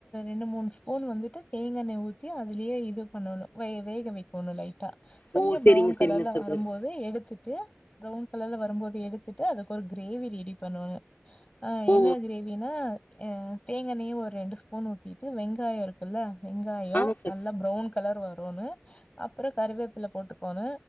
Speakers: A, on the left (about 25°); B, on the left (about 45°).
A: ரெண்டு மூணு ஸ்பூன் வந்துட்டு தேங்காண்ணய ஊத்தி அதுலயே இது பண்ணணு வே வேக வைக்கோணு லைட்டா கொஞ்சோ
B: ஓ சேரிங்க
A: ப்ரௌன்
B: சேரிங்க
A: கலர்ல
B: சகோதரி
A: வரம்போது எடுத்துட்டு ப்ரெளவுன் கலர்ல வரம்போது எடுத்துட்டு அதுக்கு ஒரு கிரேவி ரெடி பண்ணனு ஆ
B: ஓ
A: என்ன கிரேவினா அ தேங்காண்ணயையு ஒரு ரெண்டு ஸ் பூண் ஊத்திட்டு வெங்காயோ இருக்குல்ல வெங்காயோ
B: ஆமா ச
A: நல்லா ப்ரெளவுன் கலர் வருனு அப்பறொ கறிவேப்பில போட்டுக்கோனு